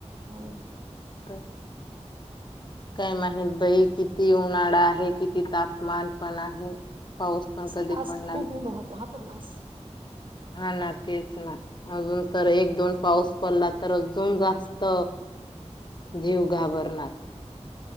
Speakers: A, on the right; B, on the left.
A: हो.
B: तर काय माहीत बाई किती उन्हाळा आहे, किती तापमान पण आहे. पाऊस पण
A: आज
B: कधी पडणार
A: खूप ऊन होतं हा पण आज.
B: हा, ना, तेच, ना, आग तर एक दोन पाऊस पडला तर अजून जास्त जीव घाबरणार.